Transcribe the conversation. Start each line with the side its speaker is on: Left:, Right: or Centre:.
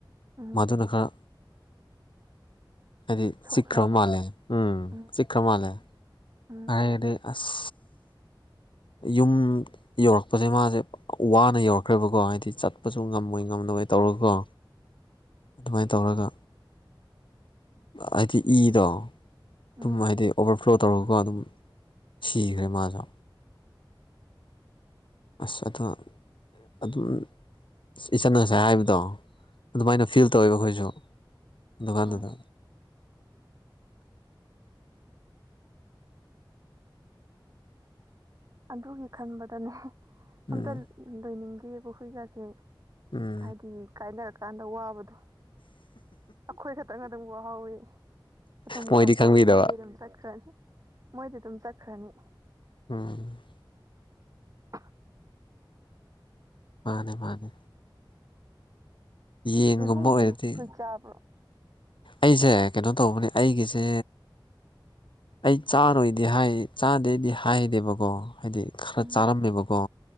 Right: ꯎꯝ
Left: ꯃꯥꯗꯨꯅ ꯈꯔ ꯍꯥꯏꯗꯤ
Right: ꯁꯣꯛꯂꯕ
Left: ꯆꯤꯛꯈ꯭ꯔꯕ ꯃꯥꯜꯂꯦ ꯎꯨꯝ
Right: ꯎꯝ
Left: ꯆꯤꯛꯈ꯭ꯔ ꯃꯥꯜꯂꯦ
Right: ꯎꯝ
Left: ꯑꯔꯩꯗꯤ ꯑꯥꯁ ꯌꯨꯝ ꯌꯧꯔꯛꯄꯁꯦ ꯃꯥꯁꯦ ꯋꯥꯅ ꯌꯧꯔꯛꯈ꯭ꯔꯦꯕꯀꯣ ꯍꯥꯏꯗꯤ ꯆꯠꯄꯁꯨ ꯉꯝꯃꯣꯏ ꯉꯝꯗꯣꯏ ꯇꯧꯔꯀꯣ ꯑꯗꯨꯃꯥꯏꯅ ꯇꯧꯔꯒ ꯍꯥꯏꯗꯤ ꯏꯗꯣ ꯑꯗꯨꯝ
Right: ꯎꯝ
Left: ꯍꯥꯏꯗꯤ ꯑꯣꯚꯔꯐ꯭ꯂꯣ ꯇꯧꯔꯒ ꯑꯗꯨꯝ ꯁꯤꯈ꯭ꯔꯦ ꯃꯥꯁꯨ ꯑꯥꯁ ꯑꯗꯣ ꯑꯗꯨꯝ ꯏꯆꯟ ꯉꯁꯥꯏ ꯍꯥꯏꯕꯗꯣ ꯑꯗꯨꯃꯥꯏꯅ
Right: ꯎꯝ
Left: ꯐꯤꯜ ꯇꯧꯋꯦꯕ ꯑꯩꯈꯣꯏꯁꯨ ꯑꯗꯨꯀꯥꯟꯗꯨꯗ
Right: ꯍꯣꯏ ꯑꯗꯨꯒꯤ ꯈꯟꯕꯗꯅꯦ ꯑꯝꯇ
Left: ꯎꯝ
Right: ꯂꯣꯏꯅꯤꯡꯗꯦꯑꯕ ꯍꯨꯏꯒꯥꯁꯦ
Left: ꯎꯝ
Right: ꯍꯥꯏꯗꯤ ꯀꯥꯏꯅꯔꯀꯥꯟꯗ ꯋꯥꯕꯗꯣ ꯑꯩꯈꯣꯏ ꯈꯛꯇꯪ ꯑꯗꯨꯝ ꯎ ꯍꯥꯎꯋꯤ ꯎꯊꯨꯝ
Left: ꯃꯣꯏꯗꯤ
Right: ꯀꯞꯐꯥꯎꯋꯤ
Left: ꯈꯪꯕꯤꯗꯕ
Right: ꯃꯣꯏꯗꯤ ꯑꯗꯨꯝ ꯆꯠꯈ꯭ꯔꯅꯤ ꯃꯣꯏꯗꯤ ꯑꯗꯨꯝ ꯆꯠꯈ꯭ꯔꯅꯤ꯫
Left: ꯎꯨꯝ
Right: ꯎꯨꯝ
Left: ꯃꯥꯅꯦ-ꯃꯥꯅꯦ ꯌꯦꯟꯒꯨꯝꯕ
Right: ꯏꯕꯨꯡꯗꯤ
Left: ꯑꯣꯏꯔꯗꯤ
Right: ꯍꯨꯏ ꯆꯥꯕ꯭ꯔꯣ
Left: ꯑꯩꯁꯦ ꯀꯩꯅꯣ ꯇꯧꯕꯅꯦ ꯑꯩꯒꯤꯁꯦ ꯑꯩ ꯆꯥꯔꯣꯏꯗꯤ ꯍꯥꯏ ꯆꯥꯗꯦꯗꯤ ꯍꯥꯏꯗꯦꯕꯀꯣ ꯍꯥꯏꯗꯤ ꯈꯔ
Right: ꯎꯝ
Left: ꯆꯥꯔꯝꯃꯦꯕꯀꯣ